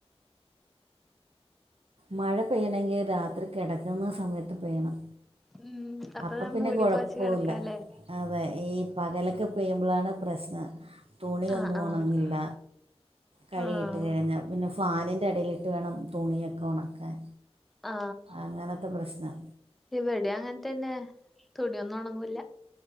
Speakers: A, on the right (about 65°); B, in the centre.
A: മഴ പെയ്യാണെങ്കിൽ രാത്രി കിടക്കുന്ന സമയത്ത് പെയ്യണം.
B: ഉം അപ്പൊ
A: അപ്പം പിന്നെ
B: മൂടി
A: കുഴപ്പമില്ല
B: പുതച്ചു കിടക്കല്ലേ,
A: അതെ ഈ പകലൊക്കെ പെയ്യുമ്പോഴാണ് പ്രശ്നം തുണിയൊന്നും
B: ആഹ് ആഹ്
A: ഉണങ്ങില്ല. കഴുകിയിട്ട്
B: ആഹ്
A: കഴിഞ്ഞാൽ പിന്നെ ഫാനിൻ്റെ അടിയിൽ ഇട്ട് വേണം തുണിയൊക്കെ ഉണക്കാൻ.
B: ആ
A: അങ്ങനത്തെ പ്രശ്നം
B: ഇവിടെ അങ്ങനെ തന്നെ തുണി <unintelligible> <unintelligible> ഉണങ്ങുല്ല